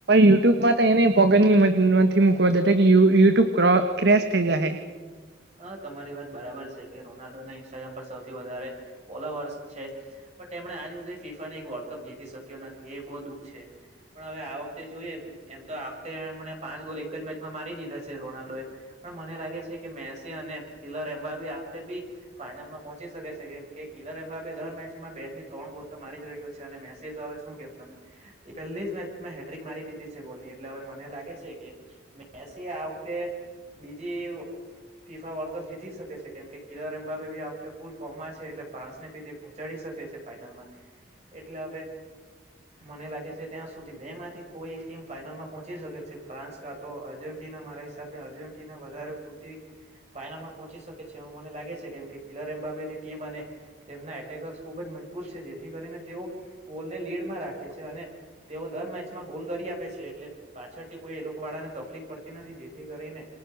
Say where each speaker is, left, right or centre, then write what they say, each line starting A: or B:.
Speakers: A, on the right; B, on the right.
A: યુટ્યુબમાં તો એને પગ નથી મુકવા દેતા કે યુ યુટ્યુબ ક્રો ક્રેશ થઈ જશે.
B: હ તમારી વાત બરાબર છે કે રોનાલ્ડો નહી ઇનસ્ટાગ્રામ પર સૌથી વધારે ફોલોવર્સ છે. પણ તેમણે આજ હુધી એક વર્લ્ડ કપ જીતી શક્યો નથી એ બો દુઃખ છે. પણ હવે આ વખતે જોઈએ એમ તો આ વખતે એમડે પાંચ ગોલ એક જ મેચમાં મારી દીધા છે. રોનાલ્ડો એ મને લાગે છે કે મેસી અને કિલરમ્બાબીતે બી ફાઈનલમાં પહોંચી શકે છે કેમ કે કિલર એમ્બા દર મેચમા બે થી ત્રણ, ગોલ તો મારી જ રહ્યો છે, અને મેસી તો હવે શું કેમ તમને એ પહેલી જ મેચમાં હેડ્રિક મારી દીધી છે, ગોલની એટલે મને લાગે છે, કે મેસી આ વખતે બીજી ફીફા વર્લ્ડ કપ જીતી શકે છે, કેમ કે કીરાર એમ્બંબે ફૂલ ફોર્મા છે, એટલે ફાન્સનેી પહોંચાડી શકે છે, ફાઈનલમા એટલે હવે, મને લાગે છે, ત્યાં સુધી બે માંથી કોઈ એક ટીમ ફાાઈનલમાં પહોચીકે છે, ફ્રાન્સ કા તો અર્જેન્ટિના મારા હિસાબે અર્જ ટીના વધારે પૂરતી ફાાઈનલમાં પહોંચીકે છે, એવું મને લાગે છે, કેમ કે કિલર એમ્બાબેની ટીમ અને તેમના એટેકર્સ ખુબજ મજબૂત છે. જેથી કરીને તેઓ બોલ ને લીડમાં રાખે છે, અને તેઓ દર મેચમાં ગોલ કરી આપે છે. છે, એટલે પાછળથી કોઈ, એ લોકો વાળા ને તકલીફ પડતી નથી, જેથી કરીને